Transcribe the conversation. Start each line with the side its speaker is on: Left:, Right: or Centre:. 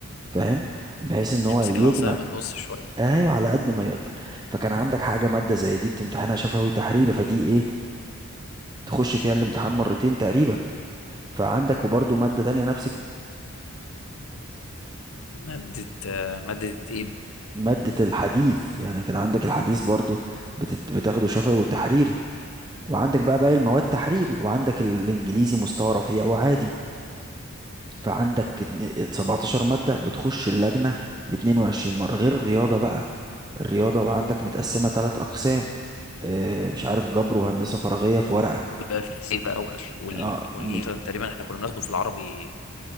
Right: فاهم بحيث ان هو
Left: يمسك
Right: يجمع
Left: العصاية من النص شوية
Right: ايوه على قد ما يقدر فكان عندك حاجه ماده زي دي بتمتحنها شفوي تحريري فدي ايه تخش فيها الامتحان مرتين تقريبا فعندك وبرضه ماده تانية نفس الك-
Left: مادة آه، مادة ايه
Right: ماده الحديث يعني كان عندك الحديث برضه بتت- بتاخده شفوي وتحريري وعندك بقى باقي المواد تحريري وعندك الانجليزي مستوى رفيع وعادي فعندك اتن- 17 مادة بتخش اللجنة 22 مرة غير الرياضة بقى الرياضة وعندك متقسمة تلات أقسام اه مش عارف جبر وهندسة فراغية في ورقة
Left: بقى في الفيزياء بقى وال وال-
Right: اه
Left: والايه
Right: مج-
Left: مثلا تقريبا احنا كنا بناخده في العربي